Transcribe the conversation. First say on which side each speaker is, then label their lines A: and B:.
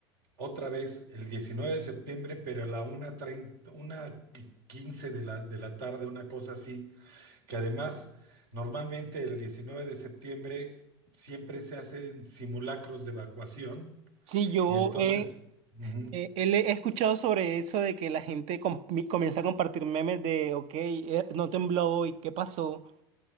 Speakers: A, on the right; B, on the right.
A: otra vez el 19 de septiembre, pero a la una treinta, una quince de la, de la tarde, una cosa así, que además normalmente el 19 de septiembre siempre se hacen simulacros de evacuación
B: Sí, yo
A: y entonces...
B: he
A: ujú.
B: Eh, él- he escuchado sobre eso de que la gente com- mi- comienza a compartir memes de, ok, eh, no tembló hoy, ¿qué pasó?